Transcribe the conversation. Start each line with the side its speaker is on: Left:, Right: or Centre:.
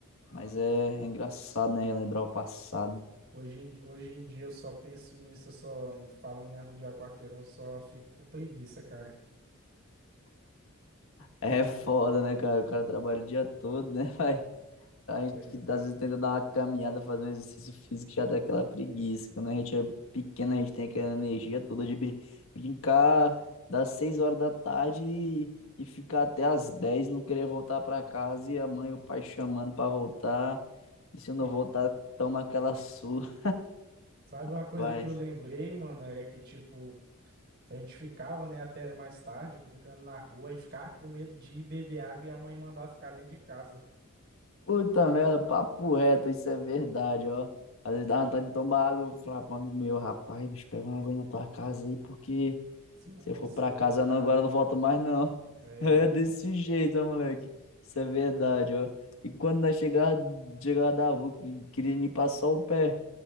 Left: Mas é é engraçado, né? Relembrar o passado.
Right: Hoje em, hoje em dia eu só penso nisso, eu só em- falando em arrodear quarteirão, eu só fico com preguiça, cara.
Left: É foda, né, cara? O cara trabalha o dia todo, né? <laughs> A gente
Right: Pois
Left: que
Right: é.
Left: às vezes tenta dar uma caminhada, fazer um exercício físico, já dá aquela preguiça. Quando a gente é pequeno, a gente tem aquela energia toda de brin- brincar das seis horas da tarde e, e ficar até as 10, não querer voltar para casa e a mãe e o pai chamando para voltar. E se eu não
Right: Só-
Left: voltar, toma aquela surra,
Right: Sabe
Left: rapaz.
Right: uma coisa que eu lembrei, mano, era que tipo, a gente ficava, né, até mais tarde brincando na rua e ficava com medo de ir beber água e a mãe mandar ficar dentro de casa.
Left: Puta merda, papo reto, isso é verdade, ó. Às vezes dá vontade de tomar água, eu falava pro amigo meu, rapaz, bicho, pega uma água aí na tua casa aí, porque.
Right: Se eu,
Left: Se
Right: vou-
Left: eu for
Right: se
Left: pra
Right: eu
Left: casa
Right: entrar,
Left: não, agora
Right: minha
Left: eu
Right: mãe.
Left: não volto mais não. <laughs>
Right: É,
Left: É desse jeito, ó, moleque. Isso é verdade, ó. E quando nós chegava, chegava da rua, que- queria nem passar o pé